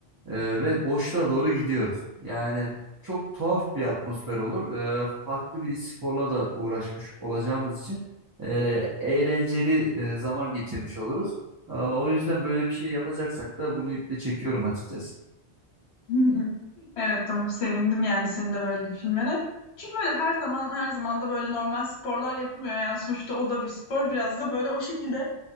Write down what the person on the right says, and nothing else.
Ee, ve boşluğa doğru gidiyoruz. Yani çok tuhaf bir atmosfer olur. Ee, farklı bir sporla da uğraşmış olacağımız için e, eğlenceli e, zaman geçirmiş oluruz. Ee, o yüzden böyle bir şey yapacaksak da bunu iple çekiyorum açıkçası.